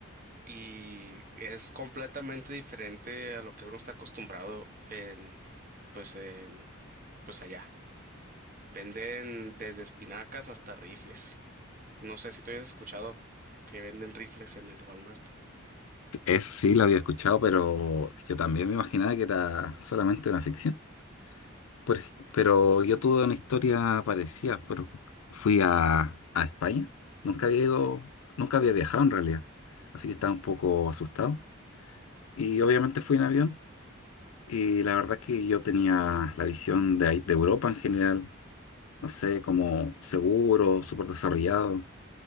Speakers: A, on the right; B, on the left.
A: Y es completamente diferente a lo que uno está acostumbrado en, pues, en, pues allá. Venden desde espinacas hasta rifles. No sé si tú hayas escuchado que venden rifles en el Walmart.
B: Eso sí, lo había escuchado, pero yo también me imaginaba que era solamente una ficción. Por ej- pero yo tuve una historia parecida, pero fui a, a España. Nunca había ido, nunca había viajado en realidad, así que estaba un poco asustado. Y obviamente fui en avión y la verdad es que yo tenía la visión de, ahí- de Europa en general, no sé, como seguro, súper desarrollado,